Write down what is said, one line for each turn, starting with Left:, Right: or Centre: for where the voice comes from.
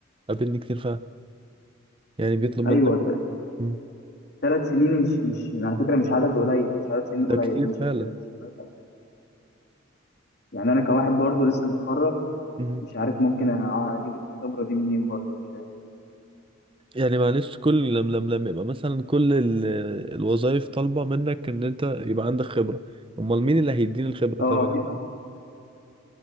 Right: قابلني كتير فعلا يعني بيطلب منك
Left: ايوه
Right: مم.
Left: ثلاث سنين مش مش على فكره مش عدد قليل مش عدد سنين قليل
Right: ده كتير
Left: انا شايف
Right: فعلا
Left: كده مش قليل أوي. يعني انا كواحد برضو لسه متخرج
Right: مم.
Left: مش عارف ممكن أ- اجيب الخبره دي منين برضو مش فاهم
Right: يعني معلش كل لم لم لم يبقى مثلا كل الوظائف طالبة منك ان انت يبقى عندك خبرة امال مين اللي هيديني الخبرة
Left: اه
Right: طيب يا جماعة